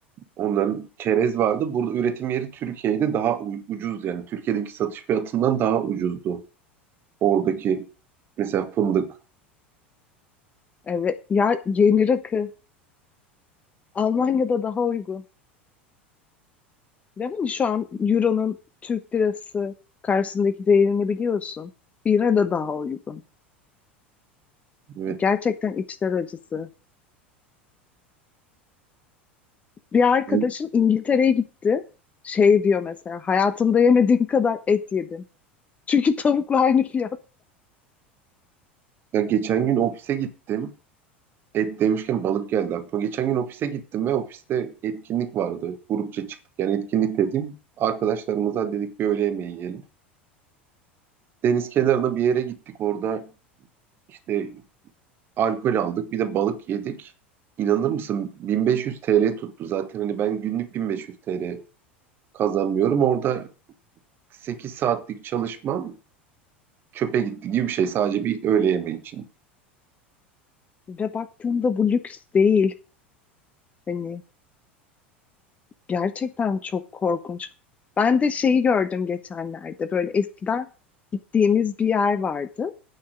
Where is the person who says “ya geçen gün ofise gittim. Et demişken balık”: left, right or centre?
Right